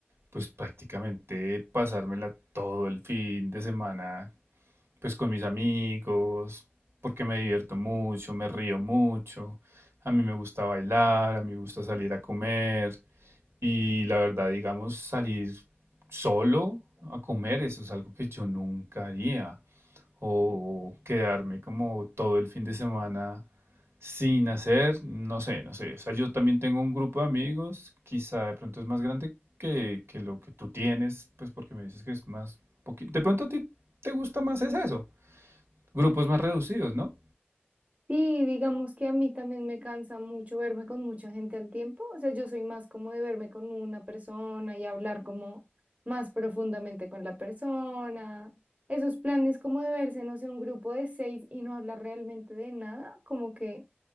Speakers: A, on the right; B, on the right.
A: pues prácticamente pasármela todo el fin de semana, pues con mis amigos, porque me divierto mucho, me río mucho. A mí me gusta bailar, a mí me gusta salir a comer. Y la verdad, digamos, salir solo a comer, eso es algo que yo nunca haría o quedarme como todo el fin de semana sin hacer, no sé, no sé. O sea, yo también tengo un grupo de amigos, quizá de pronto es más grande que, que lo que tú tienes, pues porque me dices que es más poquito. De pronto a ti te gusta más es eso, grupos más reducidos, ¿no?
B: Sí, digamos que a mí también me cansa mucho verme con mucha gente al tiempo. O sea, yo soy más como de verme con una persona y hablar como más profundamente con la persona. Esos planes como de verse, no sé, un grupo de seis y no hablar realmente de nada, como que,